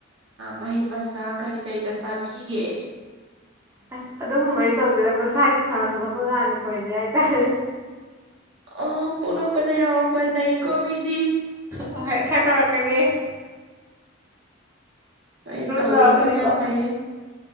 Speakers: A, on the right (about 70°); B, on the right (about 15°).
A: ꯃꯍꯤ ꯃꯁꯥꯛ ꯀꯔꯤ ꯀꯔꯤꯒ ꯆꯥꯕꯤꯒꯦ
B: ꯑꯁ ꯑꯗꯨꯒꯨꯝꯕꯗꯤ ꯇꯧꯗꯦꯗ ꯃꯁꯥꯒꯤ ꯐꯅ ꯊꯣꯛꯂꯛꯄꯖꯥꯠꯅꯤ ꯈꯣꯏꯁꯦ ꯍꯥꯏꯇꯥꯔꯦ
A: ꯑ ꯄꯣꯛꯂꯛꯄꯗ ꯌꯥꯎꯔꯛꯄ ꯅꯦ ꯀꯣꯃꯤꯗꯤ
B: ꯑꯣ ꯍꯦꯛ ꯈꯔ ꯇꯧꯔꯛꯀꯅꯤꯌꯦ
A: ꯏ ꯇꯧꯕꯁꯦ
B: ꯇꯧꯔꯛꯀꯅꯤꯀꯣ
A: ꯌꯥꯝ ꯂꯩꯌꯦ